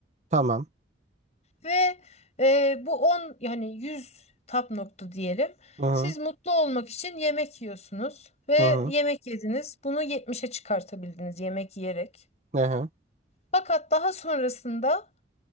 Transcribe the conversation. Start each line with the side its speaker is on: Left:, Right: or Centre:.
Right: Tamam.
Left: Ve e, bu 10 yani 100 tap nokta diyelim.
Right: Hı hı.
Left: Siz mutlu olmak için yemek yiyorsunuz ve
Right: Hı hı.
Left: yemek yediniz. Bunu 70'e çıkartabildiniz yemek yiyerek.
Right: Hı hı.
Left: Fakat daha sonrasında